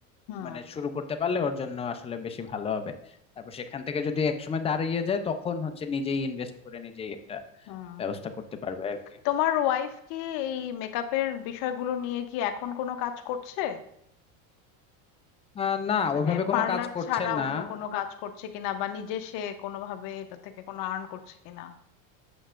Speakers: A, on the left; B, on the left.
A: হুম
B: মানে শুরু করতে পারলে ওর জন্য আসলে বেশি ভালো হবে তারপর সেখান থেকে যদি একসময় দাঁড়িয়ে যায় তখন হচ্ছে নিজেই ইনভেস্ট করে নিজেই একটা
A: হুম
B: ব্যবস্থা করতে পারবে আর কি
A: তোমার ওয়াইফ কি এই মেকআপের বিষয়গুলো নিয়ে কি এখন কোনো কাজ করছে
B: আহ, না
A: মানে
B: ওইভাবে কোনো
A: পার্লার
B: কাজ করছে
A: ছাড়া
B: না
A: অন্য কোনো কাজ করছে কিনা বা নিজে সে কোনোভাবে এটা থেকে কোনো আর্ন করছে কিনা